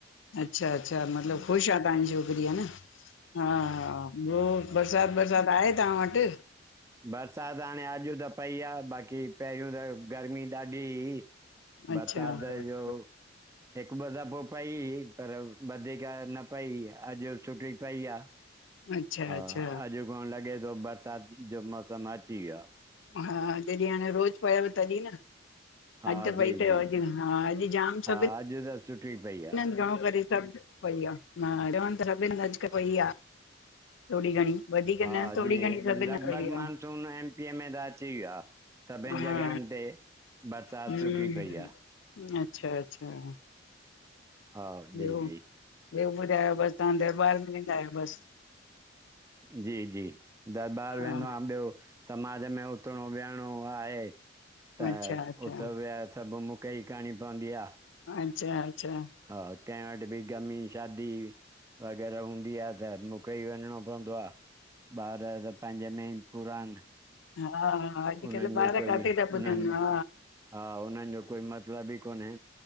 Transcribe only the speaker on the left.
अच्छा अच्छा मतलब खुश आ तव्हांजी छोकरी है न हा हा ॿियो बरसात बरसात आहे तव्हां वट।
अच्छा
अच्छा
अच्छा
हा जॾी हाणे रोज़ पयव तॾी न।
अ‌ज पई
तव
अज हा अज जाम
सभिन
हिन घणो करे सभ उओ ई एडवांस <unintelligible> अॼकल वई आ थोड़ी घणी वधीक
न थोरी
घणी सभिनि
हंधि पई आ
हा
हम्म
अच्छा अच्छा हूं
ॿियो
ॿियो ॿुधायो बस। तव्हां दरबार में वेंदा आयो बस
हा
अच्छा अच्छा
अच्छा अच्छा
हा हा अॼुकल्ह
ॿार
काथे
था ॿुधनि हा